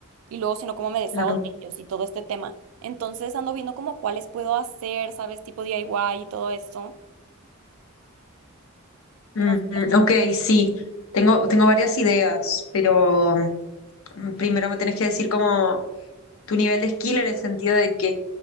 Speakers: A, on the right; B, on the left.
A: y luego, sino cómo me deshago
B: Claro.
A: de ellos y todo este tema. Entonces, ando viendo como cuáles puedo hacer, ¿sabes? Tipo DIY y y todo esto.
B: Mm,
A: No sé.
B: mm,
A: si
B: ok, sí, tengo, tengo varias ideas, pero mm, primero me tenés que decir como tu nivel de skill en el sentido de que,